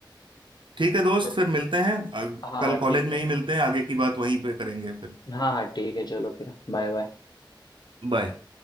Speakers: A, on the right (about 75°); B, on the left (about 60°).
A: है दोस्त
B: चलो
A: फिर मिलते हैं अग-
B: हाँ हाँ
A: कल कॉलेज
B: ठीक है
A: में ही मिलते हैं आगे की बात वहीं पे करेंगे फिर
B: हाँ हाँ ठीक है चलो फिर बाय बाय
A: बाय